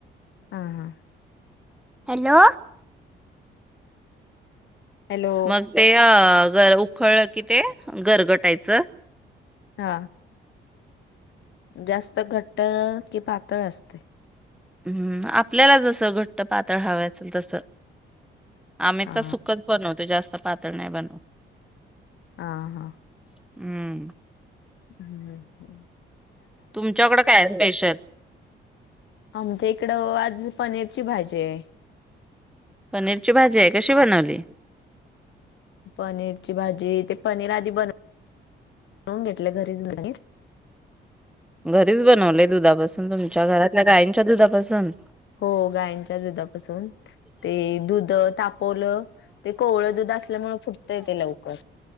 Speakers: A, on the left; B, in the centre.
A: हा हा
B: हॅलो
A: हॅलो
B: मग ते र उखळ कि ते गारगटायच
A: हा जास्त घट्ट की पातळ असते
B: हम्म आप आपल्याला जसं घट्ट पा पातळ हवचं तस आम्ही
A: हा
B: तर सुखच बनवतो जास्त पातळ नाही बनव
A: हा हा
B: हम्म
A: हम्म हम्म हम्म
B: तुमच्याकडे काय स्पेशल?
A: आमच्या इकडं आज पनीरची भाजी आहे
B: पनीरची भाजी आहे कशी बनवली
A: पनीरची भाजी ते पनीर आधी बन बनून घेतले घरीचर
B: घरीच बनवले दुधापासून तुमच्या घरात गाईच्या दुधापासून
A: हो गायंच्या दुधापासून ते दुध तापवलं ते कोवळ दुध असल्यामुळे फुटतय ते लवकर